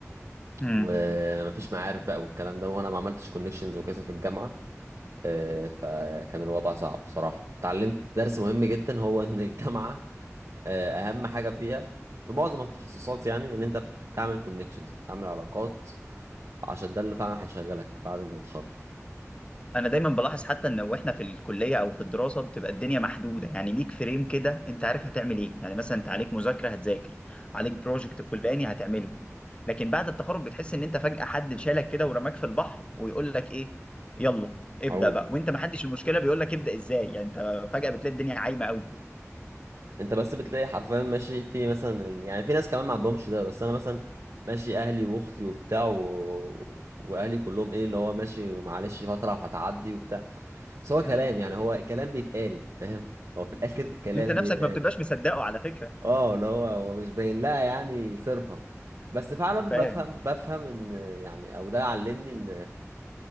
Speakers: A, on the left; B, on the right.
A: امم
B: ومفيش معارف بقى والكلام ده وأنا ما عملتش كونكشنز وكذا في الجامعة آه، فكان الوضع صعب بصراحة اتعلمت درس مهم جدا هو إن الجامعة آه، أهم حاجة فيها في معظم التخصصات يعني إن أنت بتعمل كونكشنز بتعمل علاقات عشان ده اللي فعلا هيشغلك بعد ما تتخرج
A: انا دايما بلاحظ حتى ان واحنا في الكليه او في الدراسه بتبقى الدنيا محدوده يعني ليك فريم كده انت عارف هتعمل ايه يعني مثلا انت عليك مذاكره هتذاكر عليك بروجكت فلاني هتعمله لكن بعد التخرج بتحس ان انت فجاه حد شالك كده ورماك في البحر ويقول لك ايه يلا ابدا
B: عموما
A: بقى وانت ما حدش المشكله بيقول لك ابدا ازاي يعني انت فجاه بتلاقي الدنيا عايمه قوي
B: انت بس بتلاقي حرفيا ماشي في مثلا ال- يعني في ناس كمان ما عندهمش ده بس انا مثلا ماشي اهلي واختي وبتاع و... واهلي كلهم ايه اللي هو ماشي معلش فتره وهتعدي وبتاع بس هو
A: امم
B: كلام يعني هو كلام بيتقال فاهم هو في الاخر كلام
A: انت نفسك
B: بيتقال
A: ما بتبقاش مصدقه على فكره
B: اه اللي هو هو مش باين لها يعني صرفه بس فعلا
A: فاهم
B: بفهم بفهم ان يعني او ده علمني ان